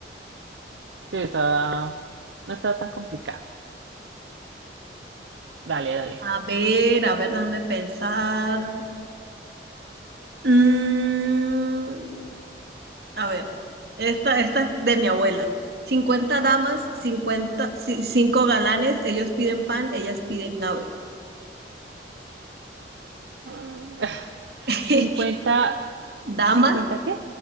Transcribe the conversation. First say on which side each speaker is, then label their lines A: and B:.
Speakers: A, on the right (about 85°); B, on the right (about 65°).
A: Sí, estaba... No estaba tan complicada. Dale, dale.
B: A ver, a ver, déjame pensar. Mm, a ver, esta, esta es de mi abuela. 50 damas, 50 5 galanes, ellos piden pan, ellas piden ave.
A: Mm, <laughs>
B: <laughs>
A: 50
B: Damas,
A: ¿50 qué?